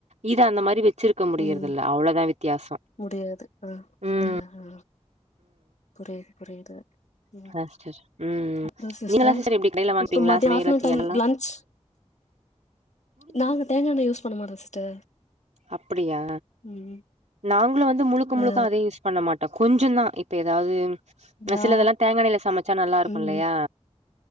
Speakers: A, on the right (about 80°); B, on the left (about 75°).
A: இது அந்த மாறி வச் வச்சிருக்க முடியறதல்ல
B: ம்
A: அவ்ளோதான் வித்தியாசம்
B: முடியாது ஆ
A: ம்
B: ஆ ஆ புரியுது புரியுது ம்
A: <unintelligible> உம்
B: அப்றோ சிஸ்டர்
A: நீங்கள் எல்லா சிஸர் எப்டி கடைல வாங்கப்பீங்களா
B: இப்ப மதியோ
A: சமையலுக்கு
B: ஆஃப்டர்நூன் டைம்
A: எண்ணெ
B: லன்ச் நாங்க தேங்கா எண்ண யூஸ் பண்ண மாட்டோம் சிஸ்டர்
A: அப்டியா
B: ம்
A: நாங்களும் வந்து முழுக்க
B: ஆ
A: முழுக்க அதே யூஸ் பண்ண மாட் டா கொஞ்சந் தா இப்ப எதாது ஆனா
B: நா
A: சிலதெல்லா தேங்காண்ணெல சமச்சா நல்லா இருக்குல்லையா
B: ம்